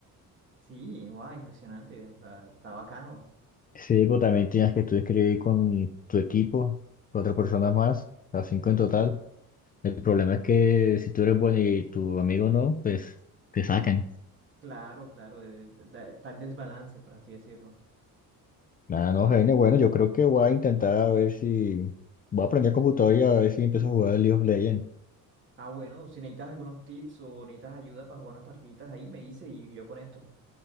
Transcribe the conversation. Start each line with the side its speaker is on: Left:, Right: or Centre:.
Right: sí, wow, impresionante, o sea, está bacano.
Left: Sí, pues también tenías que tú escribir con tu equipo, cuatro personas más, o sea, cinco en total. El problema es que si tú eres bueno y tu amigo no, pues te sacan.
Right: Claro, claro, eh, da- tal desbalance, por así decirlo.
Left: Nada, no, Jaime, bueno, yo creo que voy a intentar a ver si... Voy a aprender computador y a ver si empiezo a jugar el League of Legends.
Right: Ah, bueno, si necesitas algunos tips o necesitas ayuda para jugar unas partiditas ahí, me dices y yo con esto.